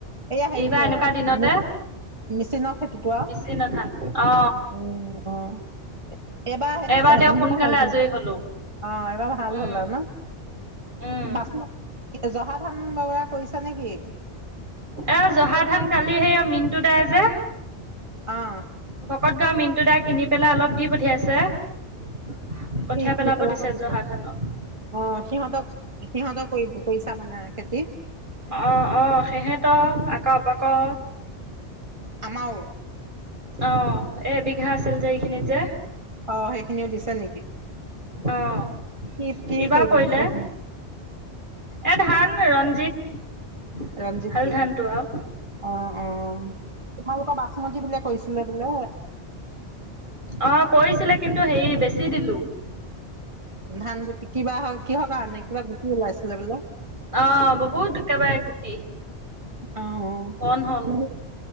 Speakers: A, on the right (about 25°); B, on the right (about 45°).
A: এয়া হেৰি
B: এইবাৰ এনেকুৱা দিনতে
A: মোক মিচিন খেতি কৰা
B: বেছি নধান অ
A: উ অ। এইবাৰ <unintelligible>
B: এবাৰ তেওঁ সোনকালে
A: হ'ল কিন্তু
B: আজৰি
A: অ
B: হলো
A: এইবাৰ ভাল
B: উম
A: হল আৰু ন?
B: উম
A: বাচ জহা ধান <unintelligible> কৰিছা নেকি?
B: এ জহা ধান কালি সেইয়া মিনটো দা যে,
A: অঁ।
B: ভকত গাওৰ মিনটো দাই কিনি পেলাই অলপ দি পঠিয়াইছে। কঠিয়াই
A: কি কি পেলাব দিছে
B: জহা ধানৰ
A: অ সিহঁতক সিহঁতক কৰিব কৰিছা মানে খেতি?
B: অ অ হেহেতৰ আকৌ বাকো।
A: আমাও।
B: অ এ বিঘা আছিল যে এইখিনিত যে।
A: অ সেইখিনিও দিছে নেকি
B: অ',
A: কি কি
B: এইবাৰ
A: কৰিব
B: কৰিলে
A: দিছে সেইখিনি?
B: এ ধান ৰঞ্জিত।
A: ৰঞ্জিতটো
B: ভাল ধানটো
A: অ
B: আৰু
A: অ তোমালোকৰ পাচ <unintelligible> বুলিয় কৈছিলে বোলে।
B: অ কৰিছিলে কিন্তু হেৰি বেছি দিলো।
A: ধান গুটি কিবা কিহৰ কাৰণে কিবা গুটি ওলাইছিলে বোলে?
B: অ বহুত একেবাৰে গুটি।
A: আহ অ
B: বন হ'ল
A: <unintelligible>